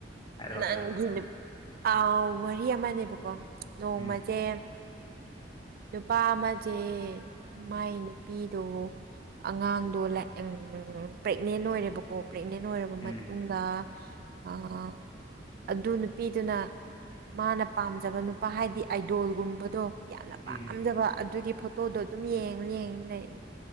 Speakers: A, on the left (about 25°); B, on the right (about 50°).
A: ꯍꯥꯏꯔꯣ
B: ꯅꯪꯒꯤ
A: ꯍꯥꯏꯔꯣ
B: ꯅꯨ ꯑ ꯋꯥꯔꯤ ꯑꯃꯅꯦꯕꯀꯣ ꯅꯣꯡꯃꯖꯦ
A: ꯎꯝ
B: ꯅꯨꯄꯥ ꯑꯃꯁꯦ ꯃꯥꯏ ꯅꯨꯄꯤꯗꯣ ꯑꯉꯥꯡꯗꯣ ꯂꯦ ꯄ꯭ꯔꯦꯒꯅꯦꯟ ꯑꯣꯏꯔꯦꯕꯀꯣ ꯄ꯭ꯔꯦꯒꯅꯦꯟ ꯑꯣꯏꯔꯕ
A: ꯎꯝ
B: ꯃꯇꯨꯡꯗ ꯑꯥ ꯑꯗꯨ ꯅꯨꯄꯤꯗꯨꯅ ꯃꯥꯅ ꯄꯥꯝꯖꯕ ꯅꯨ ꯄꯥ ꯍꯥꯏꯗꯤ ꯑꯥꯏꯗꯣꯜꯒꯨꯝꯕꯗꯣ ꯌꯥꯝꯅ ꯄꯥꯝꯖꯕ
A: ꯎꯝ
B: ꯑꯗꯨꯒꯤ ꯐꯣꯇꯣꯗꯣ ꯑꯗꯨꯝ ꯌꯦꯡ ꯌꯦꯡꯉ ꯂꯩ